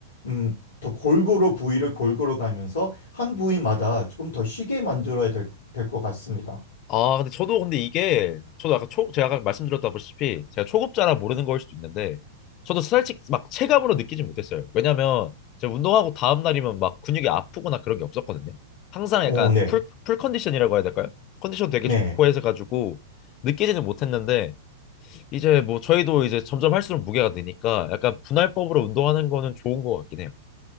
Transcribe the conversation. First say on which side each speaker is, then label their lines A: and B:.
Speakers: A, on the left; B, on the left.
A: 음, 더 골고루 부위를 골고루 가면서 한 부위마다 조금 더 쉬게 만들어야 될, 될 것 같습니다.
B: 아, 근데 저도 근데 이게 저도 아까 초 제가 아까 말씀드렸다시피 제가 초급자라 모르는 거일 수도 있는데 저도 솔직히 막 체감으로 느끼지 못했어요. 왜냐면 제가 운동하고 다음 날이면 막 근육이 아프거나 그런 게 없었거든요. 항상
A: 오,
B: 약간
A: 네.
B: 풀, 풀 컨디션이라고 해야 될까요? 컨디션 되게
A: 네.
B: 좋고 해서 가지고 느끼지는 못했는데 이제 뭐 저희도 이제 점점 할수록 무게가 느니까 약간 분할법으로 운동하는 거는 좋은 것 같긴 해요.